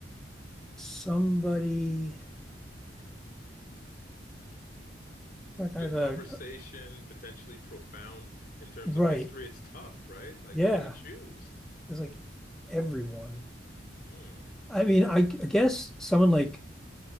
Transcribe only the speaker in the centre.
somebody like
I have
a
right.
Yeah,
It's like everyone.
I mean, I, I guess someone like